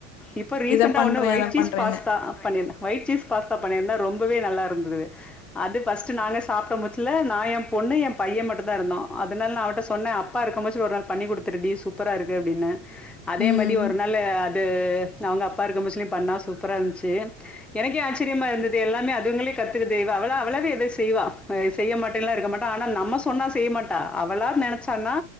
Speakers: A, in the centre; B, on the left (about 75°).
A: இப்போ ரீசெண்ட்டா
B: இதை பண்றேன்
A: ஒன்னு ஒயிட்
B: அதை
A: சீஸ்
B: பண்றேன்னு
A: பாஸ்தா பண்ணி ஒயிட் சீஸ் பாஸ்தா பண்ணிருந்தா ரொம்பவே நல்லா இருந்துது அது ஃபர்ஸ்ட் நாங்க சாப்பிட மொச்சுல நா எம் பொண்ணு எம் பைய மட்டுந்தா இருந்தோ அத னால நா அவகிட்ட சொன்ன அப்பா இருக்கும் போச்சி ஒரு நாள் பண்ணி குடுத்துருடி சூப்பரா இருக்கு அப்டினு அதே
B: ம்
A: மாதி ஒரு நாள் அது அவுங்க அப்பா இருக்கம்போச்சிலயு பண்ணா சூப்பரா இருந்துச்சி எனக்கே ஆச்சரியமா இருந்தது எல்லாமே அதுங்களே கத்துகுது செய்வா அவளா அவளாவே எதை செய்வா செய்ய மாட்டேன்லா இருக்க மாட்டா ஆனா நம்ம சொன்னா செய்ய மாட்டா அவளா நெனச்சா ன்னா